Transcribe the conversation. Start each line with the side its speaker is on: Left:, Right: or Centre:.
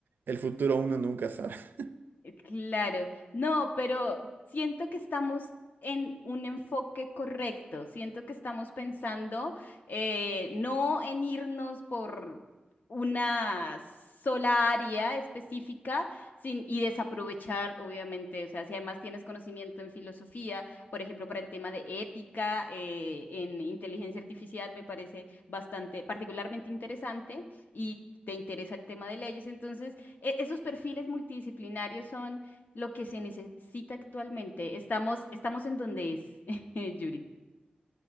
Right: el futuro uno nunca sabe. <laughs>
Left: Eh, Claro, no, pero siento que estamos en un enfoque correcto, siento que estamos pensando eh, no en irnos por una sola área específica sin, y desaprovechar, obviamente, o sea, si además tienes conocimiento en filosofía, por ejemplo, para el tema de ética, eh, en inteligencia artificial, me parece bastante, particularmente interesante y te interesa el tema de leyes, entonces e- Esos perfiles multidisciplinarios son lo que se necesita actualmente. Estamos, estamos en donde es, <laughs> Yuri.